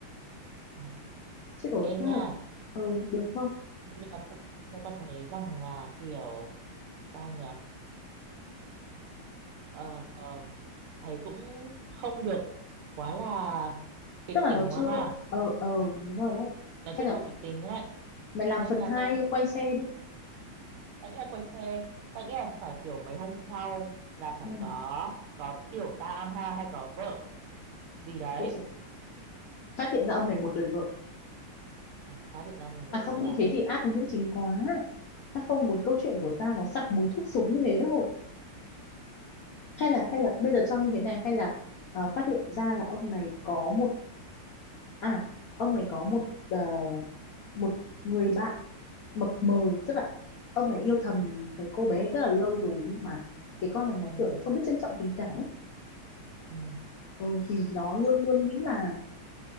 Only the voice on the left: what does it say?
chứ rồi
tức
là ờ được không
tức là
nó chưa
ờ ờ đúng rồi đấy
hay
là
mày làm
phần
hai
quay xe đi
ừ.
ôi dồi, phát hiện ra ông này một
đời vợ
à
không
như
thế thì ác
với nữ chính quá ta không muốn câu chuyện của tao nó sặc mùi thuốc súng như thế đâu hay là hay là bây giờ cho như thế này hay là ờ, phát hiện ra là ông này có một à ông này có một ờ, một người bạn mập mờ tức là ông này yêu thầm cái cô bé rất là lâu rồi nhưng mà cái con này nó
kiểu nó không biết trân trọng tình cảm ấy
ừ, thì nó luôn luôn nghĩ là